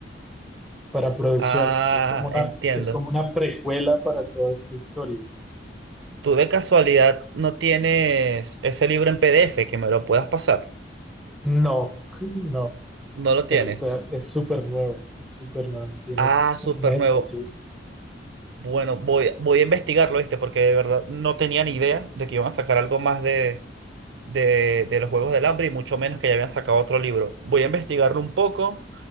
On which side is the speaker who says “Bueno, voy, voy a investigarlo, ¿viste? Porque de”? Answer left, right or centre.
Right